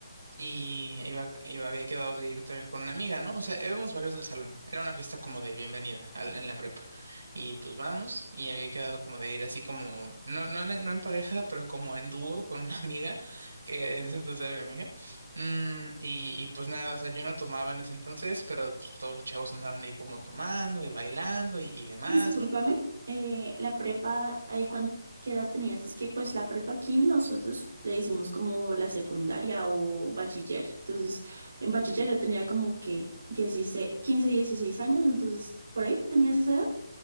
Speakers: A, on the right; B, on the right.
A: Y iba, iba- había quedado de ir también con una amiga, ¿no? O sea, éramos varios del salón. Era una fiesta como de bienvenida al- en la prepa. Y pues vamos, y había quedado como de ir así como, no, no, en, no en pareja, pero como en dúo con una amiga, que en ese entonces era mi amiga. Mm, y, y pues nada, o sea, yo no tomaba en ese entonces, pero pues todos los chavos andaban ahí como tomando y bailando y, y demás,
B: Discúlpame,
A: ¿no?
B: eh, la prepa, eh, ¿cuán- qué edad tenías? Es que pues la prepa aquí nosotros le decimos como la secundaria o bachiller. Entonces, en bachiller yo tenía como que 16, 15, 16 años, entonces, ¿por ahí tenías esa edad?